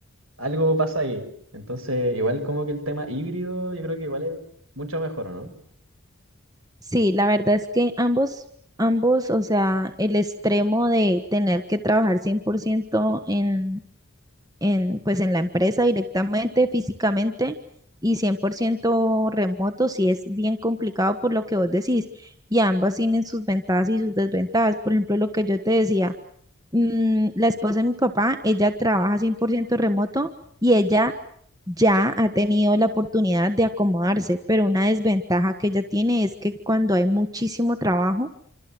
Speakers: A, on the right; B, on the right.
A: algo pasa ahí. Entonces, igual como que el tema híbrido, yo creo que igual es mucho mejor, ¿o no?
B: Sí, la verdad es que ambos, ambos, o sea, el extremo de tener que trabajar 100% en en, pues en la empresa directamente, físicamente y 100% remoto, sí es bien complicado por lo que vos decís. Y ambas tienen sus ventajas y sus desventajas. Por ejemplo, lo que yo te decía, mm, la esposa de mi papá, ella trabaja 100% remoto y ella ya ha tenido la oportunidad de acomodarse, pero una desventaja que ella tiene es que cuando hay muchísimo trabajo,